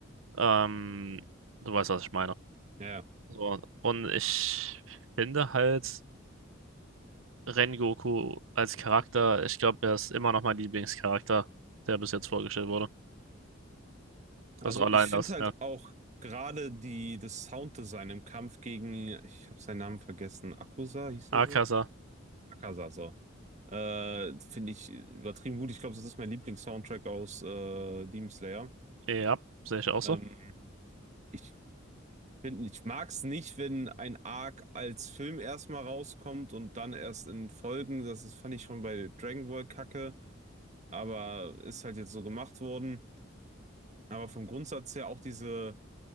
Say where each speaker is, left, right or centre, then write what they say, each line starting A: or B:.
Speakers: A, on the right; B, on the right.
A: ähm, du weißt, was ich meine.
B: ja. ja.
A: So, und ich finde halt Rengoku als Charakter, ich glaube, er ist immer noch mein Lieblingscharakter, der bis jetzt vorgestellt wurde.
B: Also,
A: Also allein
B: ich finde
A: das,
B: halt
A: ja.
B: auch gerade die, das Sounddesign im Kampf gegen, ich habe seinen Namen vergessen, Akusa hieß
A: Akaza,
B: er so? Akaza, so. Äh, finde ich übertrieben gut. Ich glaube, das ist mein Lieblings-Soundtrack aus äh, Demon Slayer.
A: ja, sehe ich auch so.
B: Ähm, ich finde, ich mag es nicht, wenn ein Arc als Film erstmal rauskommt und dann erst in Folgen. Das ist, fand ich schon bei Dragon Ball Kacke. aber ist halt jetzt so gemacht worden. Aber vom Grundsatz her auch diese,